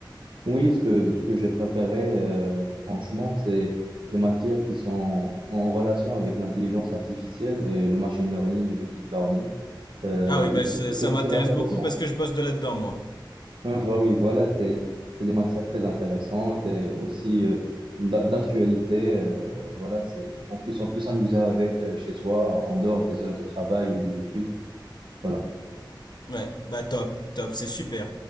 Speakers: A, on the right; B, on the left.
A: Oui, ce que, ce que j'ai préféré, euh, franchement, c'est les matières qui sont en relation avec l'intelligence artificielle et le machine learning et le deep learning. Euh,
B: Ah oui,
A: je
B: bah,
A: trouve
B: ça
A: que
B: ça
A: c'est
B: m'intéresse
A: très intéressant.
B: beaucoup parce que
A: <laughs>
B: je bosse de là-dedans, moi.
A: Ah, bah oui, voilà, c'est, c'est des matières très intéressantes et aussi euh, d'a- d'actualité. euh, voilà, c'est, en plus, on peut s'amuser avec euh, chez soi en dehors des heures de travail ou des études. Voilà.
B: Ouais, bah top, top, c'est super.